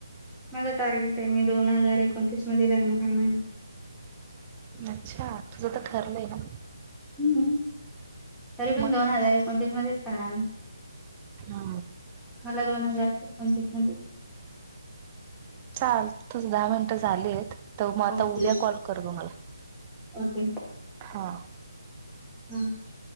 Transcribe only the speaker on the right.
अच्छा तुझं तर ठरलंय ना.
मग
हा.
चाल तुझ दहा मिनटं झालीत. तर मग आता
उद्या कॉल कर गं मला
हा.